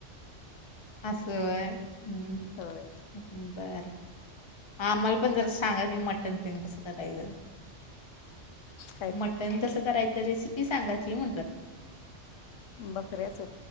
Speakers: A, on the left (about 25°); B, on the left (about 85°).
A: असं होय हम
B: होय
A: बर म आम्हाला पण जरा सांगा कि मटन तेन कसं करायचं.
B: काय
A: मटन मटण कसं करायचं रेसिपी सांगा की म्हटलं
B: बकऱ्याच